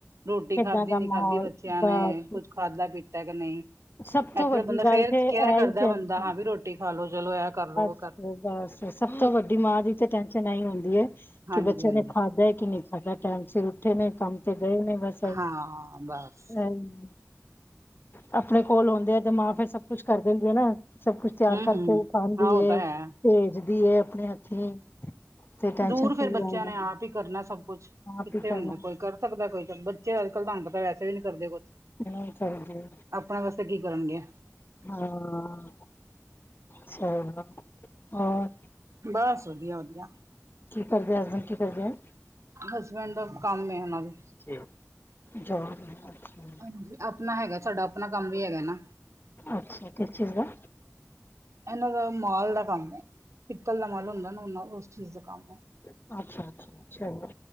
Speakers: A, on the right; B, on the left.
A: ਰੋਟੀ
B: ਕਿੱਦਾਂ
A: ਖਾਧੀ
B: ਦਾ
A: ਨੀ
B: ਮਾਹੌਲ
A: ਖਾਧੀ ਬੱਚਿਆਂ
B: ਬਸ
A: ਨੇ ਕੁਛ ਖਾਧਾ ਪੀਤਾ ਕਿ ਨਹੀਂ
B: ਸਭ ਤੋਂ
A: ਇੱਥੇ
B: ਵੱਡੀ
A: ਤਾਂ ਬੰਦਾ
B: ਗੱਲ
A: ਫੇਰ
B: ਤੇ ਇਹ
A: ਕੇਅਰ ਕਰਦਾ
B: ਹੀ ਟੈਨਸ਼ਨ
A: ਬੰਦਾ ਹਾਂ ਬਈ ਰੋਟੀ ਖਾ ਲੋ ਚਲੋ ਐ ਕਰ ਲੋ।
B: ਬਸ ਬਸ ਸਭ ਤੋਂ ਵੱਡੀ ਮਾਂ ਦੀ ਤੇ ਟੈਂਨ ਸਨ ਐਹੀ ਹੁੰਦੀ ਏ
A: ਹਾਂਜੀ
B: ਕਿ ਬੱਚਿਆਂ
A: ਹਾਂਜੀ
B: ਨੇ ਖਾਧਾ ਐ ਕਿ ਨਹੀਂ ਖਾਧਾ ਟੈਮ ਸਿਰ ਗਏ ਨੇ ਕੰਮ ਤੇ ਗਏ ਨੇ ਬਸ ਇਹੀ
A: ਹਾਂ ਬਸ
B: <unintelligible> ਆਪਣੇ ਕੋਲ ਹੁੰਦੇ ਆ ਤੇ ਮਾਂ ਫੇਰ ਸਭ ਕੁਛ ਕਰ ਦਿੰਦੀ ਆ ਨਾ ਸਭ ਕੁਛ ਤਿਆਰ
A: ਹੂੰ
B: ਕਰਕੇ
A: ਹੂੰ
B: ਉਹ ਪਾਂਦੀਏ
A: ਹਾਂ ਉਹ ਤਾਂ ਹੈ
B: ਭੇਜਦੀ ਏ ਆਪਣੇ ਹੱਥੀਂ ਤੇ ਟੈਨਸ਼ਨ
A: ਦੂਰ ਫੇਰ
B: ਫਰੀ
A: ਬੱਚਿਆਂ
B: ਰਹਿੰਦੇ
A: ਨੇ ਆਪ ਹੀ ਕਰਨਾ ਸਭ ਕੁਛ ਕਿੱਥੇ
B: ਆਪ ਹੀ ਕਰਨਾ
A: ਹੁੰਦਾ ਕੋਈ ਕਰ ਸਕਦਾ ਕੋਈ ਬੱ ਤੇ ਅੱਜ ਕੱਲ <unintelligible> ਤਾਂ ਵੈਸੇ ਵੀ ਨਹੀਂ ਕਰਦੇ ਕੁਛ
B: ਨਹੀਂ ਕਰਦੇ
A: ਆਪਣੇ ਵਾਸਤੇ ਕੀ ਕਰਨਗੇ
B: ਹਾਂ ਚਲੋ ਹੋਰ
A: ਬਸ ਵਧੀਆ, ਵਧੀਆ।
B: ਕੀ ਕਰਦੇ ਆ ਹਸਬੈਂਡ ਕੀ ਕਰਦੇ ਆ?
A: ਹਸਬੈਂਡ ਦਾ ਕੰਮ ਏ ਹਨਾ ਵੇ
B: ਠੀਕ <unintelligible>
A: ਹਾਂਜੀ ਆਪਣਾ ਹੈਗਾ ਸਾਡਾ ਆਪਣਾ ਕੰਮ ਵੀ ਹੈਗਾ ਨਾ
B: ਅੱਛਾ ਕਿਸ ਚੀਜ਼ ਦਾ?
A: ਇਹਨਾਂ ਦਾ ਮਾਲ ਦਾ ਕੰਮ ਏ ਪਿੱਤਲ ਦਾ ਮਾਲ ਹੁੰਦਾ ਨਾ ਉਹਨਾਂ ਉਸ ਚੀਜ਼ ਦਾ ਕੰਮ ਏ
B: ਅੱਛਾ, ਅੱਛਾ ਚਲੋ